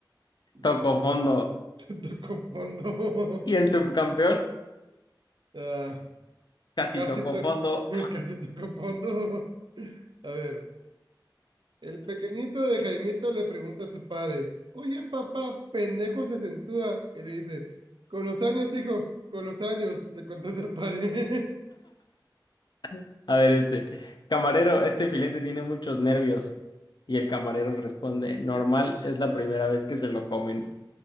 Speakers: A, on the right; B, on the left.
A: Mm,
B: Tocó fondo.
A: <laughs> Tocó fondo.
B: Y
A: <laughs>
B: el subcampeón
A: Ah,
B: casi
A: casi,
B: tocó
A: to-
B: fondo.
A: <laughs> casi tocó fondo. <laughs> A ver. El pequeñito de Jaimito le pregunta a su padre, oye papá, pendejo se acentúa. Y le dice, con los años, hijo, con los años, le contesta el padre.
B: <laughs> A ver, este. Camarero, este filete tiene muchos nervios. Y el camarero responde, normal, es la primera vez que se lo comen.